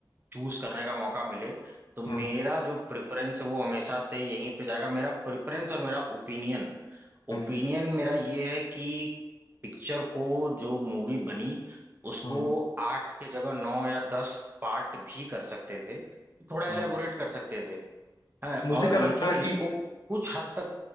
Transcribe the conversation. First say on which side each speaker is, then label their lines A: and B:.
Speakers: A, on the right (about 25°); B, on the left (about 55°).
A: चूज करने का मौका मिले तो मेरा
B: हम्म
A: जो प्रेफरेंस है वो हमेशा से यहीं पे जाएगा मेरा प्रेफरेंस और मेरा ओपिनियन ओपिनियन
B: हम्म
A: मेरा ये है कि पिक्चर को जो मूवी बनी उसको
B: हम्म
A: आठ के जगह नौ या दस पार्ट भी कर सकते थे थोड़ा इलेबोरेट
B: हम्म।
A: कर सकते थे हाँ
B: मुझे
A: और
B: क्या
A: लेकिन
B: लगता है
A: इसको
B: कि
A: कुछ हद तक